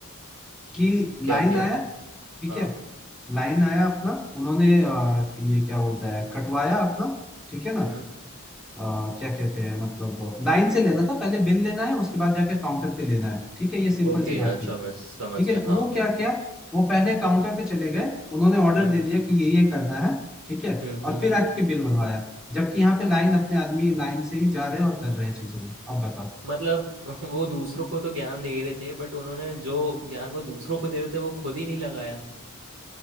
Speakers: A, in the centre; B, on the right (about 75°).
A: कि
B: क्या
A: लाइन
B: किया
A: आया ठीक
B: हाँ
A: है लाइन आया अपना उन्होंने अ, ये क्या बोलता है कटवाया अपना ठीक है ना
B: हम्म
A: अ, क्या कहते हैं मतलब लाइन से लेना था पहले बिल लेना है उसके बाद जाके काउंटर पे लेना है ठीक है ये सिंपल
B: ओके
A: सी बात
B: अच्छा
A: थी
B: मैं समझ
A: ठीक
B: गया
A: है ना
B: हाँ
A: वो क्या किया वो पहले काउंटर पे चले गए उन्होंने ऑर्डर
B: हम्म
A: दे दिया कि ये ये करना है ठीक है
B: हम्म
A: और
B: हम्म
A: फिर आके बिल बनवाया जबकि यहाँ पे लाइन अपने आदमी लाइन से ही जा रहे हैं और कर रहे हैं चीजों को अब बताओ
B: मतलब <laughs> वो दूसरों को तो ज्ञान दे रहे थे बट उन्होंने जो ज्ञान वो दूसरों को दे रहे थे वो खुद ही नहीं लगाया